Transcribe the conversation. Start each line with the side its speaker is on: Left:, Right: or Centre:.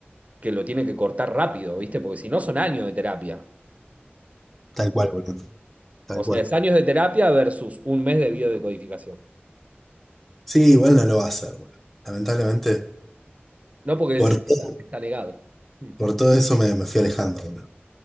Right: que lo tiene que cortar rápido, ¿viste? Porque si no son años de terapia.
Centre: tal cual, boludo. Tal
Right: O
Centre: cual.
Right: sea, es años de terapia versus un mes de biodecodificación.
Centre: Sí, igual no lo va a hacer, boludo. Lamentablemente,
Right: No porque él
Centre: por
Right: se-
Centre: todo,
Right: está, está negado. Hmm,
Centre: por todo eso me, me fui alejando, boludo.